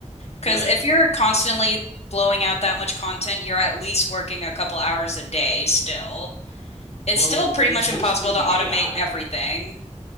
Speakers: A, on the right (about 40°); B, on the left (about 60°).
A: Right.
B: Because if you're constantly blowing out that much content, you're at least working a couple hours a day still. It's
A: Well,
B: still pretty
A: it's
B: much
A: mostly
B: impossible
A: the
B: to automate
A: AI.
B: everything.